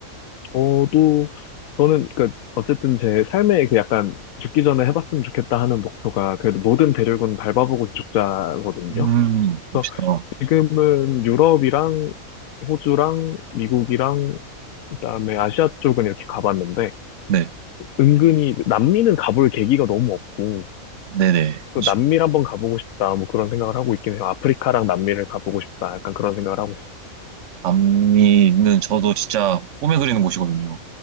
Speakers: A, on the left; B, on the right.
A: 저도 저는 그 어쨌든 제 삶에 그 약간 죽기 전에 해봤으면 좋겠다 하는 목표가 그래도 모든 대륙은 밟아보고 죽자거든요.
B: 음, 멋있다.
A: 그래서 지금은 유럽이랑 호주랑 미국이랑 그다음에 아시아 쪽은 이렇게 가봤는데
B: 네,
A: 은근히 남미는 가볼 계기가 너무 없고
B: 네네,
A: 또
B: 그렇죠.
A: 남미를 한번 가보고 싶다. 뭐 그런 생각을 하고 있긴 해요. 아프리카랑 남미를 가보고 싶다. 약간 그런 생각을 하고 있어요.
B: 남미는 저도 진짜 꿈에 그리는 곳이거든요.